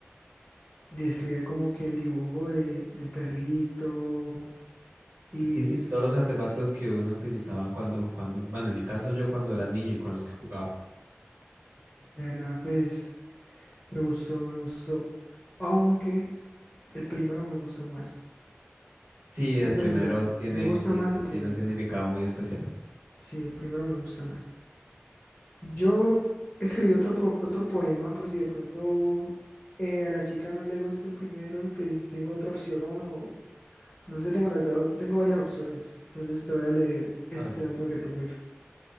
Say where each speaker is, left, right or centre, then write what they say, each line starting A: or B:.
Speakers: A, on the left (about 20°); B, on the right (about 70°).
A: Describe como que el dibujo de, del perrito y
B: Sí, sí,
A: su
B: todos
A: infancia.
B: los artefactos que uno utilizaba cuando, cuando, bueno, en mi caso yo cuando era niño y con los que jugaba.
A: De verdad, pues me gustó, me gustó. Aunque el primero me gustó más.
B: Sí, el
A: Siendo
B: primero
A: sincero,
B: tiene,
A: me gusta
B: tiene,
A: más el primerito.
B: tiene un significado muy especial.
A: Sí, el primero me gusta más. Yo escribí otro, pro- otro poema por si de pronto eh, a la chica no le gusta el primero, pues tengo otra opción o no sé, tengo, las do- tengo varias opciones. Entonces te voy a leer este
B: A ver,
A: otro que tengo yo.